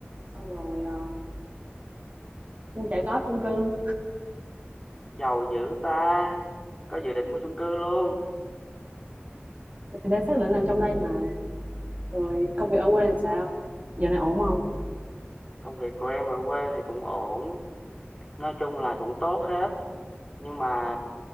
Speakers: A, on the right (about 35°); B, on the left (about 15°).
A: xong rồi ờ, mua trả góp chung cư
B: giàu dữ ta có dự định mua chung cư luôn
A: thì đã xác định làm trong đây mà rồi công việc ở quê làm sao dạo này ổn không
B: công việc của em ở quê thì cũng ổn nói chung là cũng tốt hết nhưng mà